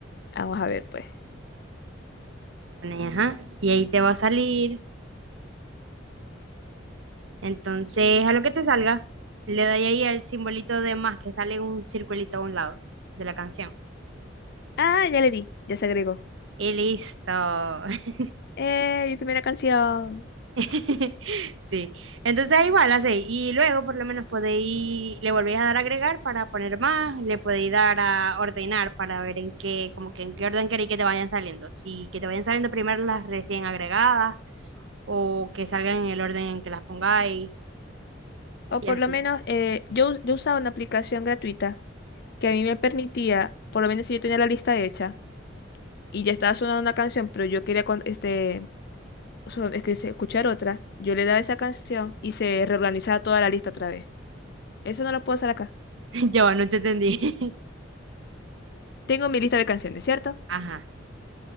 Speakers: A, on the left; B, on the right.
A: Vamos a ver, pues.
B: Bueno, y ajá, y ahí te va a salir. Entonces, a lo que te salga, le doy ahí al simbolito de más que sale un circulito a un lado de la canción.
A: Ah, ya le di, ya se agregó.
B: Y listo. <laughs>
A: Eh, mi primera canción.
B: <laughs> Sí, entonces igual así, y luego por lo menos podéis, le volvéis a dar a agregar para poner más, le podéis dar a ordenar para ver en qué, como que en qué orden queréis que te vayan saliendo, si que te vayan saliendo primero las recién agregadas o que salgan en el orden en que las pongáis
A: O
B: y
A: por
B: así.
A: lo menos eh, yo, yo usaba una aplicación gratuita que a mí me permitía, por lo menos si yo tenía la lista hecha y ya estaba sonando una canción, pero yo quería con- este, son- es que se- escuchar otra, yo le daba esa canción y se reorganizaba toda la lista otra vez. Eso no lo puedo hacer acá.
B: <laughs> Yo no te entendí. <laughs>
A: Tengo mi lista de canciones, ¿cierto?
B: Ajá.